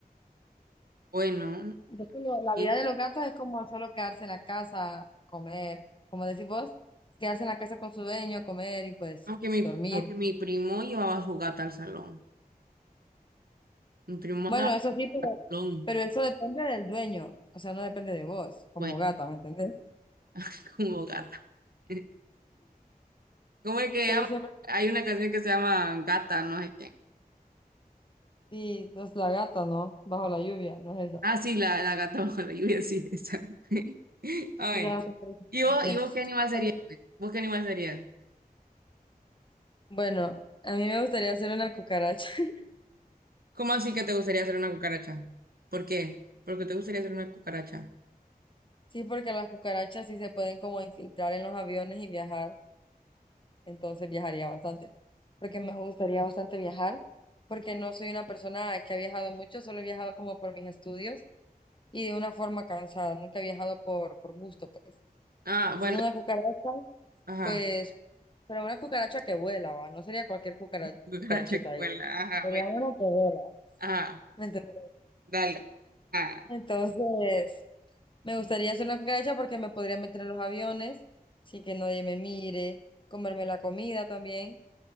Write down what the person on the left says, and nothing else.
Entonces, lo- la
vida de los gatos es como solo quedarse en la casa, comer, como decís vos, quedarse en la casa con su dueño, comer y pues
dormir.
Bueno,
eso
sí, pero,
pero eso depende del dueño, o sea, no depende de vos como
gata, ¿me entendés?
Pero
siempre,
y es la gata, ¿no? Bajo la lluvia, no es eso.
Gracias por sus
Eh,
Bueno, a mí me gustaría hacer una cucaracha. <laughs>
Sí, porque las cucarachas sí se pueden como infiltrar en los aviones y viajar, entonces viajaría bastante. Porque me gustaría bastante viajar, porque no soy una persona que ha viajado mucho, solo he viajado como por mis estudios y de una forma cansada, nunca he viajado por, por gusto, pues.
Y
siendo una cucaracha,
pues, pero una cucaracha que vuela, va, no sería cualquier cucara-
cucarachita
ahí,
sería
una que vuela,
¿me entiendes?
Entonces... Me gustaría hacer una cucaracha porque me podría meter en los aviones sin que nadie me mire, comerme la comida también